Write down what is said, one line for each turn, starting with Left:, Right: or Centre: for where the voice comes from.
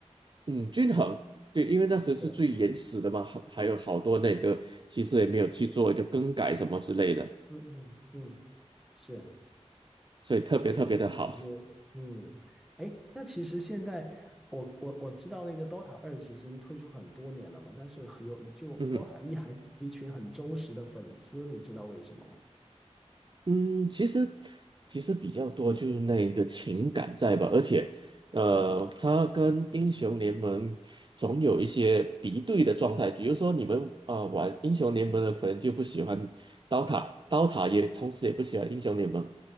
Right: 嗯，均衡，对，因为那时候是最原始的嘛，
Centre: 对，
Right: 还还有好多那个其实也没有去做一个更改什么之类的，
Centre: 嗯嗯嗯，是，
Right: 所以特别特别的好。
Centre: 所以那张图就，嗯，哎，那其实现在我我我知道那个 DOTA 二其实已经推出很多年了嘛，但是很有就
Right: 嗯哼
Centre: DOTA 一还是有一群很忠实的粉丝，你知道为什么吗？
Right: 嗯，其实其实比较多就是那个情感在吧，而且呃，
Centre: 嗯
Right: 他跟英雄联盟总有一些敌对的状态，比如说你们啊、呃玩英雄联盟的可能就不喜欢刀塔，
Centre: 嗯，
Right: 刀塔也同时也不喜欢英雄联盟。